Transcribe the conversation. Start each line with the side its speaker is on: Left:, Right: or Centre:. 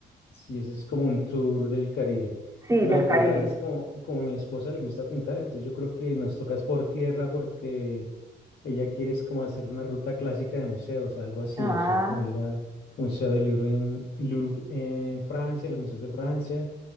Left: Si ese es como un tour del Caribe.
Right: sí,
Left: No,
Right: del Caribe.
Left: pues la verdad es como, como a mi esposa le gusta pintar, entonces yo creo que nos tocas por tierra porque ella quiere es como hacer una ruta clásica de museos, algo así,
Right: Ah,
Left: o sea, como ir a Museo del Louvre en, Louvre en Francia, los museos de Francia,